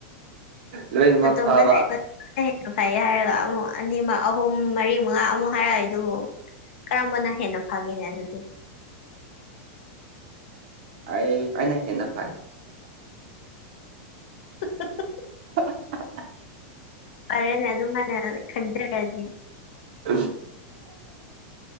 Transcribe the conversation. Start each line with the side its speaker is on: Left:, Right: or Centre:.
Right: ꯂꯣꯏꯅꯃꯛ
Left: ꯅꯥꯇꯣꯝꯇꯅꯦꯕꯥ
Right: ꯐꯥꯕ
Left: ꯃꯥ ꯍꯦꯟꯅ ꯐꯩ ꯍꯥꯏꯔꯒ ꯑꯃꯨꯛ ꯑꯅꯤ ꯑꯍꯨꯝ ꯃꯔꯤ ꯃꯉꯥ ꯑꯃꯨꯛ ꯍꯥꯏꯔꯛꯑꯦ ꯑꯗꯨꯕꯨ ꯀꯔꯝꯕꯅ ꯍꯦꯟꯅ ꯐꯥꯒꯦꯅꯦ ꯑꯗꯨꯗꯤ
Right: ꯑꯩ ꯑꯩꯅ ꯍꯦꯟꯅꯥ ꯐꯥꯏ
Left: <inaudible>
Right: <unintelligible>
Left: ꯐꯔꯦꯅꯦ ꯑꯗꯨꯃꯥꯏꯅꯦ ꯈꯟꯖꯔꯗꯤ
Right: ꯑ